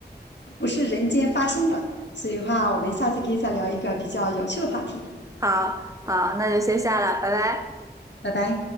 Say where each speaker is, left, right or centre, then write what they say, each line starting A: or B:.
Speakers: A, on the left; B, on the right.
A: 不是人间发生的，所以话我们下次可以再聊一个比较有趣的话题，
B: 好，好，那就先下了，拜拜。
A: 拜拜。